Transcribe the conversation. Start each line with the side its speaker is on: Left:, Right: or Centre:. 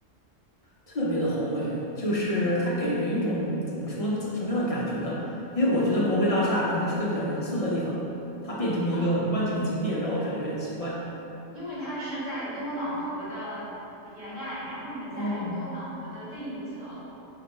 Left: 特别的宏伟，就是它给人一种怎么说呢，怎什么样的感觉呢？因为我觉得国会大厦可能是个比较严肃的地方，它变成一个观景的景点，
Right: 嗯，
Left: 让我感觉有点奇怪。
Right: 因为它是在多瑙河的沿岸，然后你在多瑙河的另一侧
Left: 哦，